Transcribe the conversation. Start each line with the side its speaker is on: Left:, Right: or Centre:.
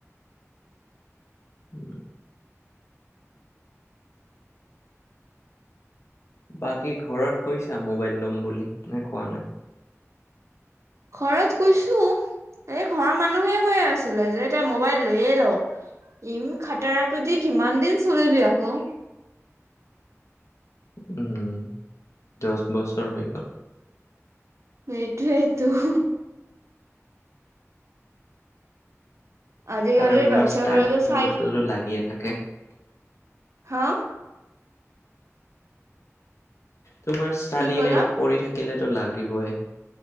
Left: উম বাকী ঘৰত কৈছা মোবাইল ল'ম বুলি নে কোৱা নাই
Right: ঘৰত কৈছো এই ঘৰৰ মানুহে কৈ আছিলে যে এতিয়া মবাইল লৈয়ে লও ইম খাটৰাটো দি কিমান দিন চলিবি আকৌ
Left: উম দহ বছৰ হৈ গ'ল
Right: সেইটোৱেইটো তো আজিকালিৰ
Left: আৰু তোমাৰ
Right: বাচ্ছাবোৰতো
Left: ষ্টাড দিবতো
Right: চাই
Left: লাগিয়ে থাকে অকে
Right: হা
Left: তোমাৰ ষ্টাডি
Right: কি কলা
Left: নাইবা পঢ়ি থাকে থাকিলেতো লাগিবই